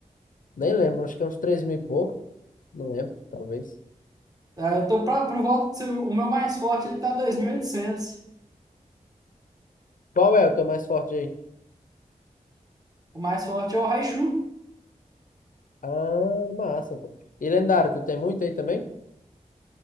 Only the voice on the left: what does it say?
Nem lembro, acho que é uns 3 mil e pouco. Não lembro, talvez.
Qual é o teu mais forte aí?
Ah, massa, pô. E lendário, tu tem muito aí também?